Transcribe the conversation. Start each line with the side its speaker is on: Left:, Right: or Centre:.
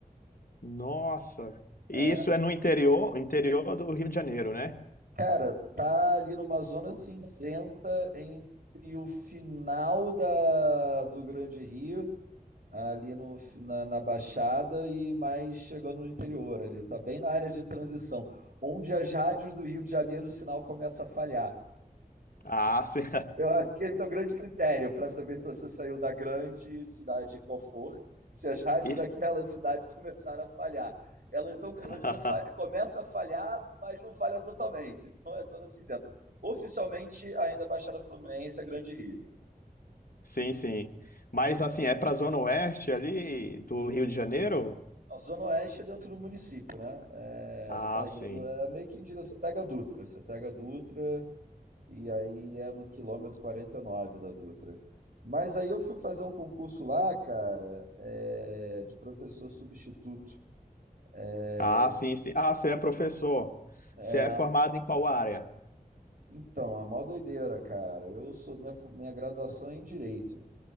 Left: Nossa. E
Right: É,
Left: Isso é no interior, interior do Rio de Janeiro, né?
Right: cara, tá ali numa zona cinzenta entre o final da, do Grande Rio, ali no, na, na Baixada, e mais chegando no interior ali. Tá bem na área de transição, onde as rádios do Rio de Janeiro o sinal começa a falhar.
Left: Ah, sim.
Right: Eu acho que esse é o grande critério para saber se você saiu da grande cidade qual for, se as rádios
Left: <laughs> Isso-
Right: daquela cidade começaram a falhar. Elas, tão,
Left: <laughs>
Right: elas tão, começa a falhar, mas não falha totalmente. Então é zona cinzenta. Oficialmente, ainda é Baixada Fluminense é Grande Rio.
Left: Sim, sim. Mas assim, é pra Zona Oeste ali do Rio de Janeiro?
Right: A Zona Oeste é dentro do município, né? É,
Left: Ah,
Right: saindo,
Left: sim.
Right: é meio que em direção. Você pega a Dutra, você pega a Dutra, e aí é no quilômetro 49 da Dutra. Mas aí eu fui fazer um concurso lá, cara, é, de professor substituto. É,
Left: Ah, sim, sim. Ah, você é professor.
Right: é,
Left: Você é formado em qual área?
Right: então, é mó doideira, cara. Eu sou minha, fu- minha graduação é em direito.